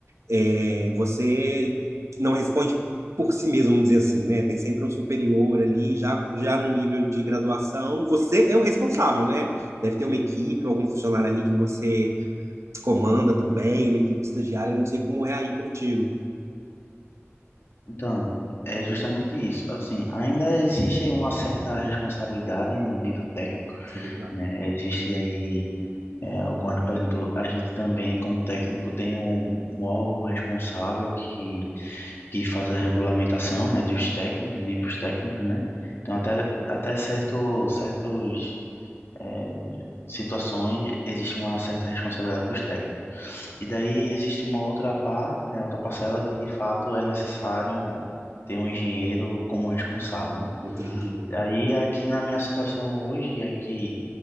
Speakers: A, on the right; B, on the left.
A: é, você não responde por si mesmo, vamos dizer assim, né? Tem sempre um superior ali, já, já no nível de graduação, você é o responsável, né? Deve ter uma equipe, algum funcionário ali que você comanda também, uma equipe de estagiário, não sei como é aí contigo.
B: Então, é justamente isso. Assim, ainda existe uma certa responsabilidade no nível técnico,
A: Sim, claro.
B: né? Existe aí é, algumas, por exemplo, a gente também, como técnico, tem um, um órgão responsável que que faz a regulamentação, né, dos técnicos, níveis técnicos, né? Então até até certo certos é, situações existe uma certa responsabilidade para os técnicos. E daí existe uma outra parte, né, outra parcela que de fato é necessário ter um engenheiro como responsável, né?
A: Entendi.
B: Aí aqui na minha situação hoje é que